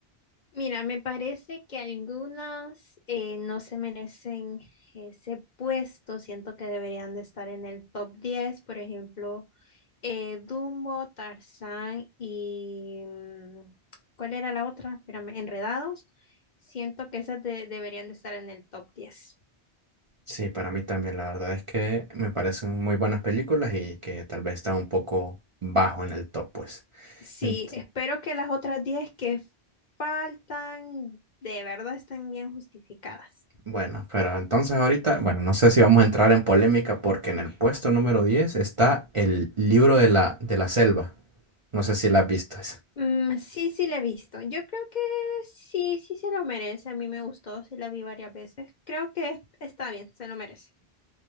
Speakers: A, on the left; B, on the right.
A: Mira, me parece que algunas eh, no se merecen ese puesto. Siento que deberían de estar en el top diez, Por ejemplo, eh, Dumbo, Tarzán y... mm, ¿Cuál era la otra? Espérame, Enredados. Siento que esas de- deberían de estar en el top 10.
B: Sí, para mí también, la verdad es que me parecen muy buenas películas y que tal vez están un poco bajo en el top, pues.
A: Sí,
B: En-
A: espero que las otras 10 que faltan de verdad estén bien justificadas.
B: Bueno, pero entonces ahorita, bueno, no sé si vamos a entrar en polémica porque en el puesto número 10 está el libro de la, de la selva. No sé si la has visto esa.
A: Mm, sí, sí, la he visto. Yo creo que sí, sí se lo merece. A mí me gustó, sí la vi varias veces. Creo que está bien, se lo merece.